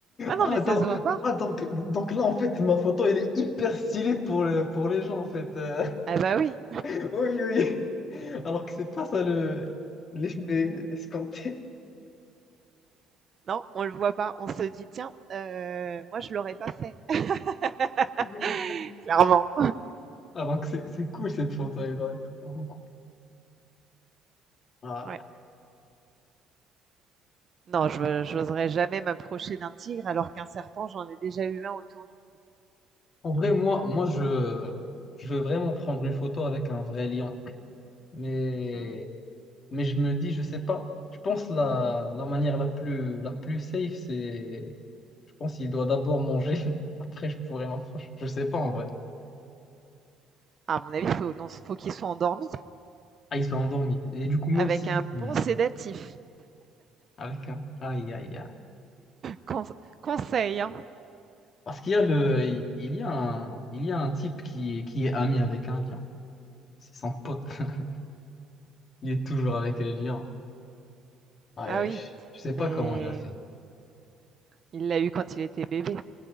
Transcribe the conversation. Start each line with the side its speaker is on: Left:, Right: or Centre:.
Right: Ah non,
Left: Ah,
Right: mais ça
Left: donc,
Right: se voit pas.
Left: ah, donc, donc là, en fait, ma photo, elle est hyper stylée pour le, pour les gens, en fait. euh.
Right: Ah bah oui.
Left: Oui, oui. oui. Alors que c'est pas ça le l'effet escompté.
Right: Non, on le voit pas. On se dit: «Tiens, heu, moi je l'aurais pas fait». <laughs>
Left: Aïe, aïe.
Right: Clairement.
Left: Alors que c'est c'est cool cette photo, elle doit être vraiment cool. Ah.
Right: Ouais. Non, je j'oserais jamais m'approcher d'un tigre alors qu'un serpent, j'en ai déjà eu un autour du
Left: En vrai, moi, moi je, je veux vraiment prendre une photo avec un vrai lion. Mais,
Right: cou. Mmh.
Left: mais je me dis, je sais pas. Je pense la, la manière la plus, la plus safe, c'est. Je pense qu'il doit d'abord manger. <laughs> Après, je pourrais m'approcher. Je sais pas en vrai.
Right: À mon avis, faut non, faut qu'il soit endormi
Left: Ah, ils sont endormis. Et du coup, même
Right: avec
Left: si.
Right: un bon
Left: Hmm.
Right: sédatif.
Left: Avec un. Aïe, aïe, aïe.
Right: Conse conseil, hein.
Left: Parce qu'il y a le, il y a un, il y a un type qui est, qui est ami avec un lion. C'est son pote. <laughs> Il est toujours avec le lion. Aïe,
Right: Ah
Left: aïe,
Right: oui,
Left: je je sais
Right: mais
Left: pas comment il a fait.
Right: il l'a eu quand il était bébé.